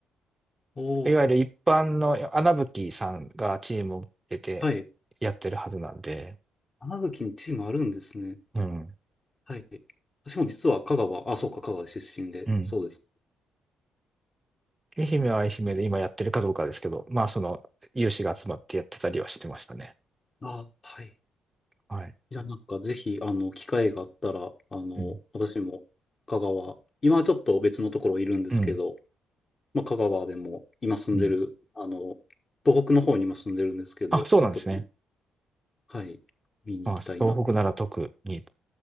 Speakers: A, on the left; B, on the right.
A: おお。
B: いわゆる一般の穴吹さんがチームを出て
A: はい。
B: やってるはずなんで、
A: 花吹にチームあるんですね。
B: うん。
A: はい。私も実は香川、あ、そうか、香川出身で、
B: うん
A: そうです。
B: 愛媛は愛媛で今やってるかどうかですけど、まあ、その、有志が集まってやってたりはしてましたね。
A: あ、はい。
B: はい。
A: いや、なんかぜひ、あの、機会があったら、あの、
B: うん。
A: 私も香川、今はちょっと別のところいるんですけど、
B: うん。
A: まあ、香川でも今住んでる、
B: うん。
A: あの、東北の方に今住んでるんですけど、
B: あ、そうなんですね。
A: ちょっと、はい、見に行きたいな。
B: まあ、東北なら特に